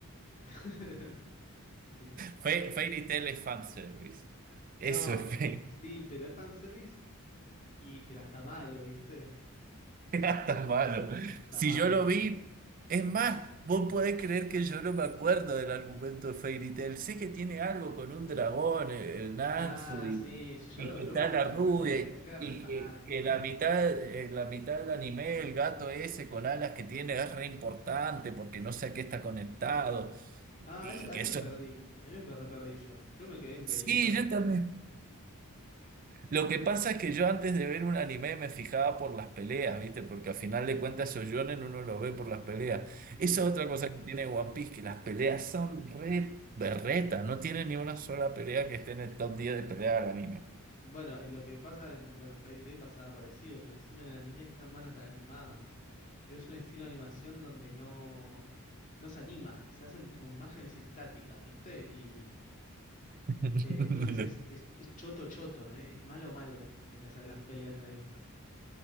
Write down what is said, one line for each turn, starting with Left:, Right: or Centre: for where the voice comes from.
Left: <laughs> El-
Right: Fa- Fairy Tail es fanservice. Eso
Left: No,
Right: es.
Left: pero- sí, pero es fanservice y pero está malo, ¿viste?
Right: <laughs>
Left: Eh,
Right: Tan malo.
Left: está
Right: Si
Left: malo.
Right: yo lo vi, es más, vos podés creer que yo no me acuerdo del argumento de Fairy Tail. Sé que tiene algo con un dragón, el, el Natsu,
Left: Ah,
Right: y,
Left: sí, yo
Right: y
Left: lo
Right: que
Left: yo
Right: está
Left: porque
Right: la
Left: era
Right: rubia,
Left: re, fa-
Right: y
Left: eh, yo era re
Right: y
Left: fanático.
Right: que, que la mitad, en la mitad del anime, el gato ese con alas que tiene es re importante porque no sé a qué está conectado.
Left: Ah,
Right: Y
Left: esa-
Right: que
Left: ahí
Right: eso.
Left: me perdí. Ahí me per- perdí yo. Yo me quedé en pelitas,
Right: Sí, yo
Left: pero
Right: también.
Left: no.
Right: Lo que pasa es que yo antes de ver un anime me fijaba por las peleas, ¿viste? Porque al final de cuentas esos shonen uno lo ve por las peleas.
Left: Sí.
Right: Esa es otra cosa que tiene One Piece, que las peleas son re berretas, no tiene ni una sola pelea que esté en el top 10 de peleas del anime.
Left: Bueno, en lo que pasa en, bueno, en Fairy Tail pasaba parecido, pero encima en el anime están malas animadas. Es un estilo de animación donde no, no se anima, se hacen como imágenes estáticas, ¿viste? Y
Right: <laughs>
Left: eh, entonces es, es, es choto choto, ¿eh? Es malo malo eh, las, las peleas ahí.